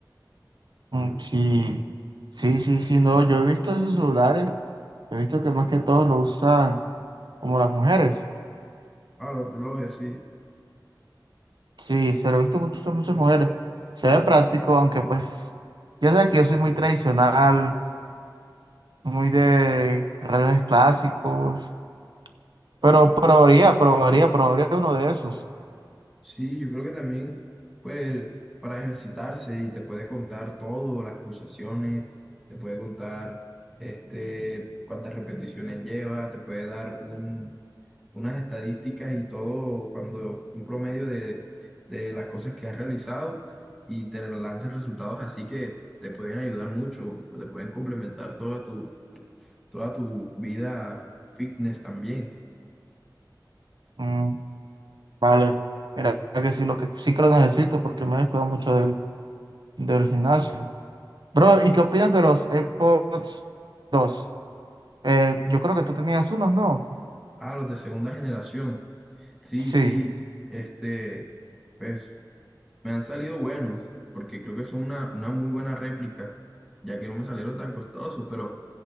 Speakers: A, on the right; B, in the centre.
A: Mm, Sí, sí, sí, sí, no, yo he visto esos celulares, he visto que más que todo lo usan como las mujeres.
B: Ah, los relojes, sí.
A: Sí, se lo he visto mucho, muchas mujeres. Se ve práctico, aunque pues, ya sabes que yo soy muy tradicional, muy de relojes clásicos, pero probaría, probaría, probaría uno de esos.
B: Sí, yo creo que también, pues, para ejercitarse y te puede contar todo, las pulsaciones, te puede contar, este, cuántas repeticiones llevas, te puede dar un, unas estadísticas y todo, cuando un promedio de, de las cosas que has realizado y te lanzan resultados así que te pueden ayudar mucho, te pueden complementar toda tu, toda tu vida fitness también.
A: Mm, vale, mira que sí, lo que sí que lo necesito porque me he descuidado mucho del, del gimnasio. Bro, ¿y qué opinas de los AirPods dos Eh, yo creo que tú tenías unos, ¿no?
B: Ah, los de segunda generación. Sí,
A: Sí.
B: sí, este, pues Me han salido buenos, porque creo que son una, una muy buena réplica, ya que no me salieron tan costosos, pero,